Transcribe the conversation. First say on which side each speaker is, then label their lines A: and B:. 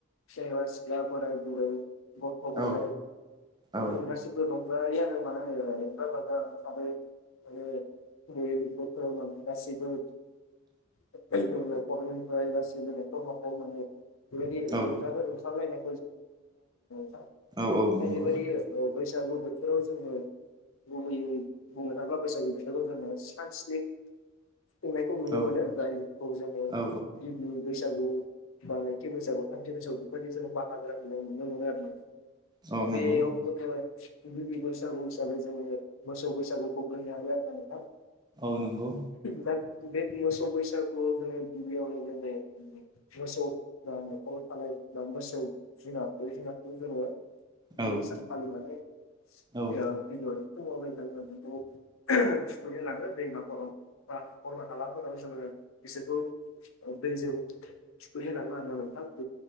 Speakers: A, on the left; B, on the right.
A: सेंग्रा सिख्ला बोराय बुरै गथ' गथाय
B: औ औ
A: गासिबो रंजायो आरो माने रोजा बिजि ओंखारो माने बे बोथोराव माने गासैबो नखर निफ्राय गासैबो नखर नखर माने बायदि
B: औ
A: रंजानाय <unintelligible>
B: औ नंगौ
A: ओरैबादि बैसागु बोथोराव जोंङो गुबैयै बुंनो थाङोबा बैसागु बोथोरखौ जोंङो सान स्नि सोंनायखौ नुनो
B: औ
A: मोनो गारिखौ जोङो
B: औ
A: दुइ बैसागु बा लोखि बैसागु थामथि बैसागु बेबायदि जोंङो बाहागोन होननाय नुनो मोनो आरो ना।
B: औ
A: आ बेबो
B: नंगौ
A: गथबाय। नैबि बैसागु हिसाबै जोङो मोसौ बैसागुखौ बो हायो आरो ना नोंथां
B: औ नंगौ
A: दा बे मोसौ बैसाागु जोङो गिबियावनो जोङो मोसौ न'खराव थानाय बा मोसौ जुनार बै जुनारखौ जोङो
B: औ
A: सानफालिलि माने
B: औ
A: <unintelligible> थुखैनो लाङो दैमाफोराव बा हाखर बा हालाफोराव जोङो बिसोरखौ दैजों थुखैनो लाङो आरो नोंथां